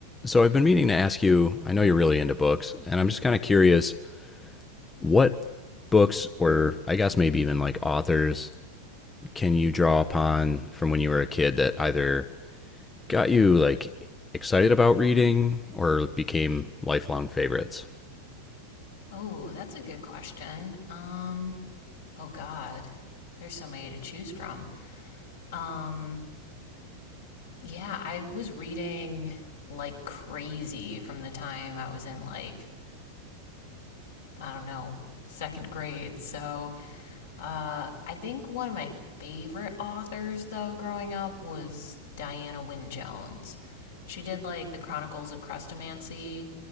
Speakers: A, on the left; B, on the left.
A: So I've been meaning to ask you, I know you're really into books, and I'm just kind of curious what books or I guess maybe even like authors can you draw upon from when you were a kid that either got you like excited about reading or became lifelong favorites?
B: Oh, that's a good question. Um, oh God, there's so many to choose from. Um, yeah, I was reading like crazy from the time I was in like I don't know second grade. So uh, I think one of my favorite authors though growing up was Diana Wynne Jones. She did like the Chronicles of Crustomancy.